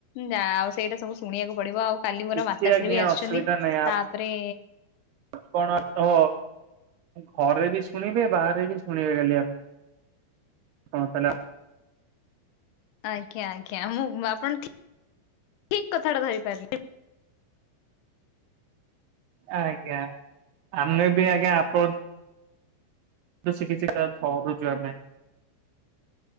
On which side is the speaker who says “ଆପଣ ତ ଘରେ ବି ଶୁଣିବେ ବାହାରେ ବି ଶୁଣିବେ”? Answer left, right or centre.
Right